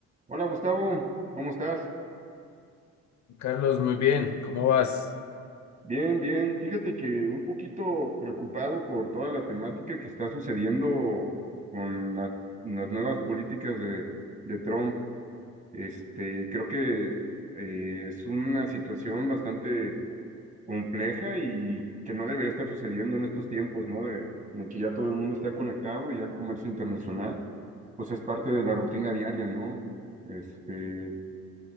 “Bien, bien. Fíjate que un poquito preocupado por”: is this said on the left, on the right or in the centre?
Right